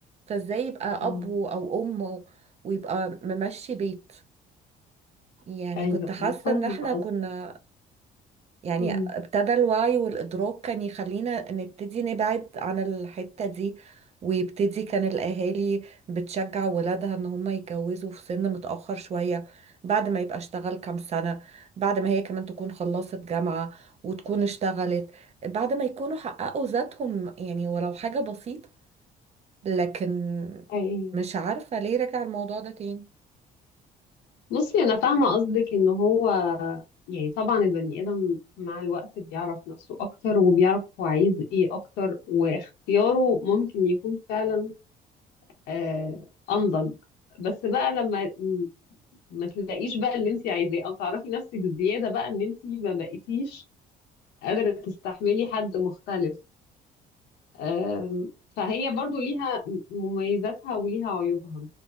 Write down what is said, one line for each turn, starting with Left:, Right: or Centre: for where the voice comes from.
Right: فازاي يبقى
Left: مم.
Right: أب و- أو أم و- ويبقى ممشي بيت يعني
Left: أيوه
Right: كنت حاسة
Left: أيوه فاهمة
Right: ان احنا
Left: قصدك
Right: كنا يعني
Left: مم،
Right: ابتدى الوعي والإدراك كان يخلينا نبتدي نبعد عن الحتة دي ويبتدي كان الأهالي بتشجع ولادها إن هم يتجوزوا في سن متأخر شوية بعد ما يبقى اشتغل كام سنة بعد ما هي كمان تكون خلصت جامعة وتكون اشتغلت بعد ما يكونوا حققوا ذاتهم يعني ولو حاجة بسيطة لكن
Left: أيوه
Right: مش عارفة ليه رجع الموضوع ده تاني
Left: بصي أنا فاهمة قصدك إن هو يعني طبعا البني آدم مع الوقت بيعرف نفسه أكتر وبيعرف هو عايز إيه أكتر واختياره ممكن يكون فعلا آه، انضج بس بقى لما م- ما تلاقيش بقى اللي انت عايزاه او تعرفي نفسك زياده بقى ان انت ما بقيتيش قادره تستحملي حد مختلف آم، فهي برضو ليها م- مميزاتها وليها عيوبها